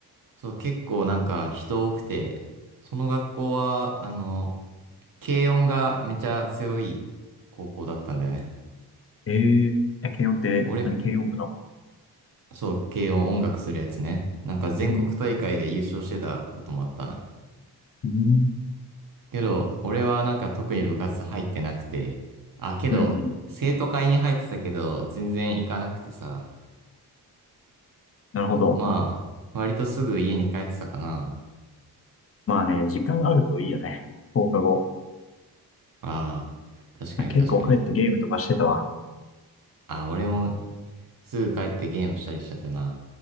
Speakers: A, on the right; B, on the left.
A: そう、結構なんか人多くて、その学校は、あの、軽音がめちゃ強い高校だったんだよね。
B: えええ、軽音って、
A: 俺、
B: 何、軽音部の
A: そう、軽音音楽するやつね。なんか全国大会で優勝してたこともあったな。
B: えーうん、
A: けど、俺はなんか特に部活入ってなくて、あ、けど、
B: うん、うん。
A: 生徒会に入ってたけど、全然行かなくてさ、
B: なるほど。
A: まあ、割とすぐ家に帰ってたかな。
B: まあね、時間あるといいよね。放課後。
A: ああ、確かに確かに。
B: 結構帰ってゲームとかしてたわ。
A: あ、俺もすぐ帰ってゲームしたりしちゃったな。